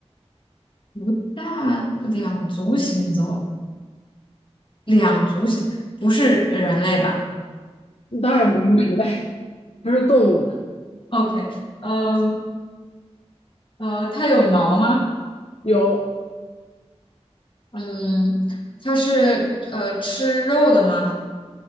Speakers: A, on the left; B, on the left.
A: 不大，两足行走，两足行，不是人类吧
B: 当然不是人类，不是动物嘛，
A: ？OK，嗯呃，它有毛吗？
B: 有，
A: 嗯，它是呃吃肉的吗？